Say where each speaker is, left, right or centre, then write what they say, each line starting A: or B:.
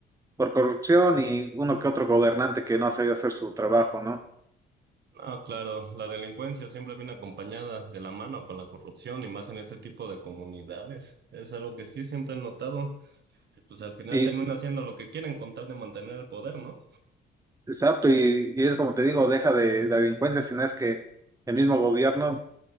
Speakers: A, on the right; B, on the right.
A: por corrupción y uno que otro gobernante que no ha sabido hacer su trabajo, ¿no?
B: Ah, claro, la delincuencia siempre viene acompañada de la mano con la corrupción y más en ese tipo de comunidades. Es algo que sí siempre he notado. pues al final
A: Y
B: termina haciendo lo que quieren con tal de mantener el poder, ¿no?
A: exacto, y, y es como te digo, deja de, de delincuencia, sino es que el mismo gobierno